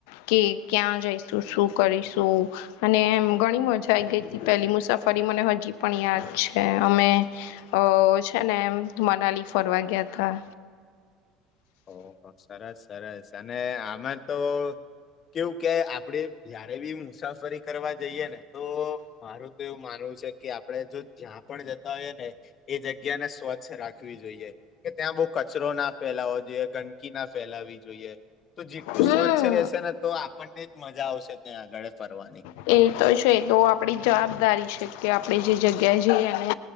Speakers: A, on the left (about 80°); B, on the left (about 35°).
A: કે ક્યાં જઈશું શું કરીશું અને એમ ઘણી મજા આવી ગઈ હતી પહેલી મુસાફરી મને હજી પણ યાદ છે અમે અ છે ને એમ મનાલી ફરવા ગયા હતા
B: <inaudible> ઓહ સરસ સરસ અને આમાર તો કેવું કેય આપડે જયારે બી મુસાફરી કરવા જઈએ ને તો મારું તો એવું માનવુ છે કે ચઆપણે જો જ્યાં પણ જતા હોય ને એ જગ્યાને સ્વચ્છ રાખવી જોઈએ કે ત્યાં બહુ કચરો ના ફેલાવો ગંદકી ના ફેલાવી જોઈએ તો જેટલું
A: હમ
B: સ્વચ્છ રહેશે ને તો આપણને જ મજા આવશે આગળે ફરવાની
A: એ તો છે તો આપડી જવાબદારી છે કે આપણે જે જગ્યા જઈ અને